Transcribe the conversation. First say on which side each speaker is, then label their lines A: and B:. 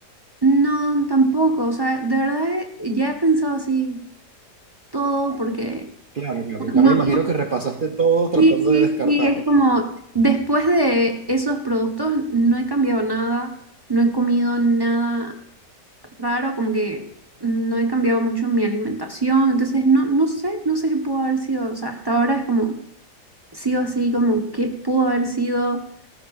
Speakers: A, on the right (about 20°); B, on the right (about 55°).
A: No, tampoco, o sea, de verdad eh, ya he pensado así todo porque
B: Claro, claro. Ya
A: no,
B: me imagino que repasaste todo tratando
A: sí, sí,
B: de descartar,
A: sí, es
B: ¿no?
A: como después de esos productos no he cambiado nada, no he comido nada raro, como que no he cambiado mucho mi alimentación, entonces no, no sé, no sé qué pudo haber sido, o sea, hasta ahora es como, sigo así, como qué pudo haber sido,